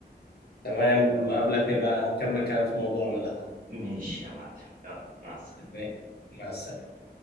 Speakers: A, on the left; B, on the right.
A: تمام اما اقابلك نبقى نكمل كلام في موضوعنا ده
B: ماشي يا معلم يلا مع السلامة
A: تمام مع السلامه